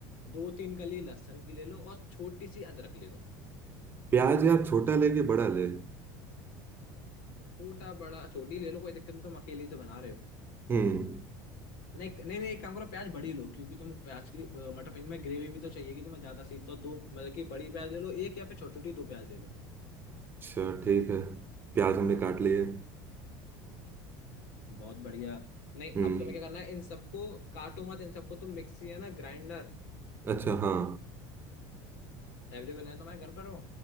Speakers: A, on the left (about 80°); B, on the right (about 20°).
A: दो तीन कली लहसुन की ले लो और छोटी सी अदरक ले लो
B: प्याज यार छोटा ले कि बड़ा ले
A: छोटा बड़ा छोटी ले लो कोई दिक्कत नहीं तुम अकेले ही तो बना रहे हो
B: हम्म
A: नहीं नहीं नहीं एक काम करो प्याज बड़ी लो क्योंकि तुम प्याज की अ, मटर पनीर में ग्रेवी भी तो चाहिएगी तुम्हें ज्यादा सी तो दो मतलब कि बड़ी प्याज ले लो एक या फिर छोटी छोटी दो प्याज ले लो
B: अच्छा ठीक है प्याज हमने काट लिए
A: बहुत बढ़िया नहीं
B: हम्म
A: अब तुम्हें क्या करना है इन सबको काटो मत इन सबको तुम मिक्सी है ना ग्राइंडर
B: अच्छा हाँ
A: अवेलेबल है तुम्हारे घर पर हो